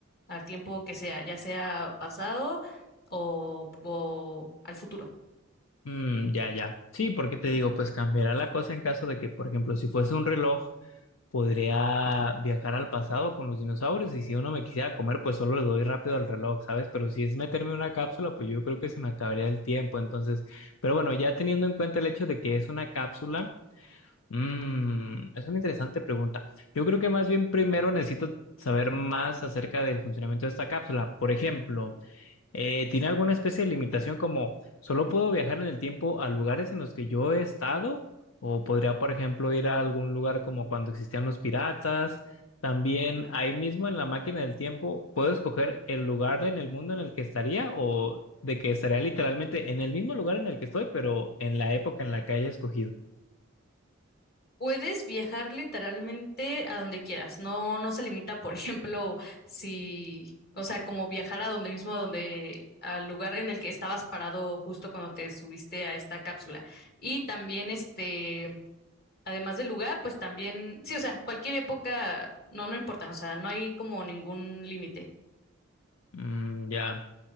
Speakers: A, on the left (about 50°); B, on the left (about 80°).
A: al tiempo que sea, ya sea pasado o, o al futuro.
B: Mm, ya, ya. Sí, porque te digo, pues cambiará la cosa en caso de que, por ejemplo, si fuese un reloj, podría viajar al pasado con los dinosaurios y si uno me quisiera comer, pues solo le doy rápido al reloj, ¿sabes? Pero si es meterme en una cápsula, pues yo creo que se me acabaría el tiempo. Entonces, pero bueno, ya teniendo en cuenta el hecho de que es una cápsula, mm, es una interesante pregunta. Yo creo que más bien primero necesito saber más acerca del funcionamiento de esta cápsula. Por ejemplo, eh, ¿tiene alguna especie de limitación como solo puedo viajar en el tiempo a lugares en los que yo he estado? ¿O podría, por ejemplo, ir a algún lugar como cuando existían los piratas? También ahí mismo en la máquina del tiempo, ¿puedo escoger el lugar en el mundo en el que estaría o de que estaría literalmente en el mismo lugar en el que estoy, pero en la época en la que haya escogido?
A: Puedes viajar literalmente a donde quieras. No, no se limita, por <laughs> ejemplo, si, o sea, como viajar a donde mismo, a donde, al lugar en el que estabas parado justo cuando te subiste a esta cápsula. Y también, este, además del lugar, pues también, sí, o sea, cualquier época, no, no importa, o sea, no hay como ningún límite.
B: Mm, ya.